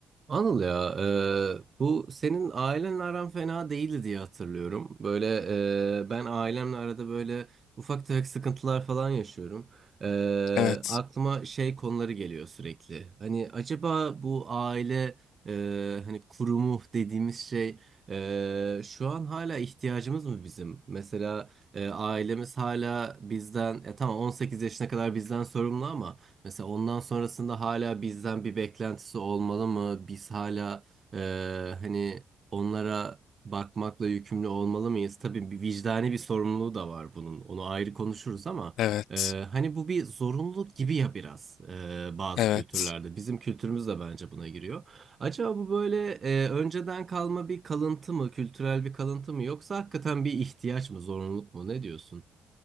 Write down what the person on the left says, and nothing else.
Evet,
evet,
evet.